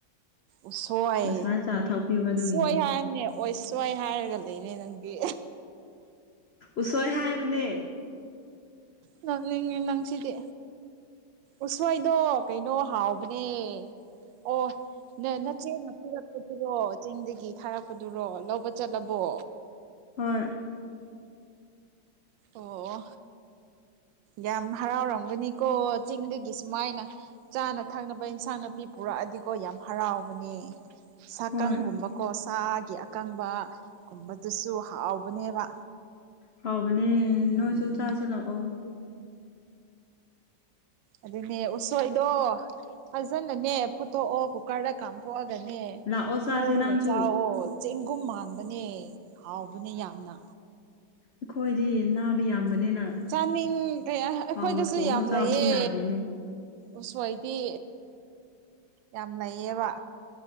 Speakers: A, on the right; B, on the left.
A: ꯎꯁꯣꯏ
B: ꯉꯁꯥꯏ ꯆꯥ ꯊꯛꯄꯤꯕ ꯑꯗꯨꯒꯤꯅꯦ
A: ꯁꯣꯏ ꯍꯥꯏꯕꯅꯦ ꯑꯣꯏꯁꯣꯏ ꯍꯥꯏꯔꯒ ꯂꯩꯔꯦ ꯅꯪꯗꯤ
B: ꯎꯁꯣꯏ ꯍꯥꯏꯕꯅꯦ
A: ꯅꯣꯛꯅꯤꯉꯦ ꯅꯪꯁꯤꯗꯦ ꯎꯁꯣꯏꯗꯣ ꯀꯩꯅꯣ ꯍꯥꯎꯕꯅꯦ ꯑꯣ ꯅ ꯅꯆꯦꯅꯄꯤꯔꯛꯄꯗꯨꯔꯣ ꯆꯤꯡꯗꯒꯤ ꯊꯥꯔꯛꯄꯗꯨꯔꯣ ꯂꯧꯕ ꯆꯠꯂꯕꯣ
B: ꯍꯣꯢ
A: ꯑꯣ ꯌꯥꯝ ꯍꯔꯥꯎꯔꯝꯒꯅꯤꯀꯣ ꯆꯤꯡꯗꯒꯤ ꯁꯨꯃꯥꯏꯅ ꯆꯥꯅ ꯊꯛꯅꯕ ꯏꯟꯁꯥꯡ ꯅꯥꯄꯤ ꯄꯨꯔꯛꯑꯗꯤꯀꯣ ꯌꯥꯝ ꯍꯔꯥꯎꯕꯅꯦ ꯁꯥꯀꯪꯒꯨꯝꯕꯀꯣ
B: ꯍꯣꯏ
A: ꯁꯥꯒꯤ ꯑꯀꯪꯕꯒꯨꯝꯕꯗꯨꯁꯨ ꯍꯥꯎꯕꯅꯦꯕ
B: ꯍꯥꯎꯕꯅꯦ ꯅꯣꯏꯁꯨ
A: ꯎꯝ
B: ꯆꯁꯤ ꯂꯥꯛꯑꯣ
A: ꯑꯗꯨꯅꯦ ꯎꯁꯣꯏꯗꯣ ꯐꯖꯅꯅꯦ ꯐꯨꯠꯇꯣꯛꯑꯣ ꯀꯨꯀꯔꯗ ꯀꯥꯝꯊꯣꯛꯑꯒꯅꯦ
B: ꯂꯥꯛꯑꯣ ꯆꯥꯁꯦ
A: ꯉꯧꯔꯒ
B: ꯅꯪꯁꯨ
A: ꯆꯥꯛꯋꯣ ꯆꯦꯡꯒꯨꯝ ꯃꯥꯟꯕꯅꯦ ꯍꯥꯎꯕꯅꯦ ꯌꯥꯝꯅ
B: ꯑꯩꯈꯣꯏꯗꯤ ꯅꯥꯕ ꯌꯥꯝꯕꯅꯤꯅ
A: ꯆꯥꯅꯤꯡ ꯗꯦ ꯑꯩꯈꯣꯏꯗꯁꯨ
B: ꯍꯥꯎꯅ ꯊꯣꯡꯉꯒ
A: ꯌꯥꯝ
B: ꯆꯥꯕꯁꯨ
A: ꯂꯩꯌꯦ
B: ꯌꯥꯗꯦꯅꯦ
A: ꯎꯁꯣꯏꯗꯤ ꯌꯥꯝ ꯂꯩꯌꯦꯕ